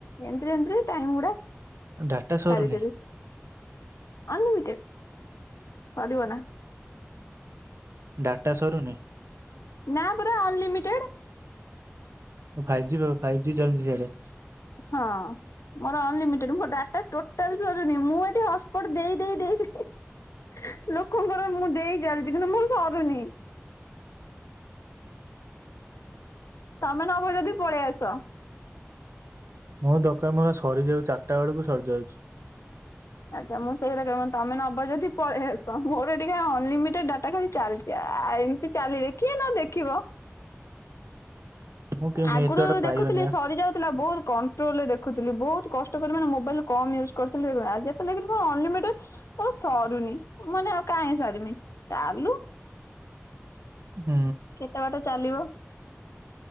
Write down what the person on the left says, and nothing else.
ଏମିତିରେ ଏମିତିରେ ଟାଇମ୍ ଗୁଡା
ସାରିଦେବି
ଅନଲିମିଟେଡ ସରିବ ନାହିଁ।
ନା ପୁରା ଅନଲିମିଟେଡ।
ହଁ ମୋର ଅନଲିମିଟେଡ ମୋର ଡା ହେ ଟୋଟାଲ ସରୁନି ମୁଁ ଏଠି ହଟସ୍ପଟ ଦେଇ ଦେଇ ଦେଇ <unintelligible> ଲୋକଙ୍କର ମୁଁ ଦେଇ ଚାଲିଚି କିନ୍ତୁ ମୋର ସରୁନି। ତମେ ନବ ଯଦି ପଳେଇ ଆସ।
ଆଚ୍ଛା ମୁଁ ସେଇ କଥା କ ତମେ ନବ ଯଦି ପଳେଇ ଆସ ମୋର ଟିକେ ଅନଲିମିଟେଡ ଡାଟା ଖାଲି ଚାଲିଚି ଆଉ। ଆ ଏମିତି ଚାଲିଲେ କିଏ ନ ଦେଖିବ।
ଆଗୁରୁ
ଦେଖୁଥିଲି
ସରିଯାଉଥିଲା ବୋହୁତ କଣ୍ଟ୍ରୋଲରେ ଦେ ଦେଖୁଥିଲି ବୋହତ୍‌ କଷ୍ଟ କରି ମାନେ ମୋବାଇଲ କମ୍ ୟୁଜ କରୁଥିଲି ଏବେ ଆ ଯେତେବେଳେ ଦେଖିଲି ମୋର ଅନଲିମିଟେଡ ମୋର ସରୁ ଉଁ ମାନେ ଆଉ କାଇଁ ସାରିମି ଚାଲୁ
କେତେ ବାଟ ଚାଲିବ।